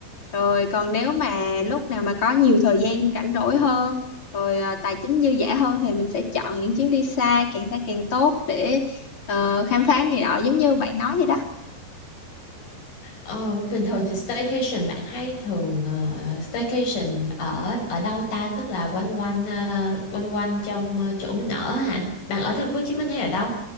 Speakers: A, on the left; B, on the left.
A: rồi còn nếu mà lúc nào mà có nhiều thời gian rảnh rỗi hơn rồi ờ, tài chính dư dả hơn thì mình sẽ chọn những chuyến đi xa càng xa càng tốt để ờ, khám phá này nọ giống như bạn nói vậy đó
B: Ờ, bình thường thì staycation bạn hay thường ờ, staycation ở ở đâu ta tức là quanh quanh ờ, quanh quanh trong ờ, chỗ mình ở hả bạn ở thành phố Hồ Chí Minh hay ở đâu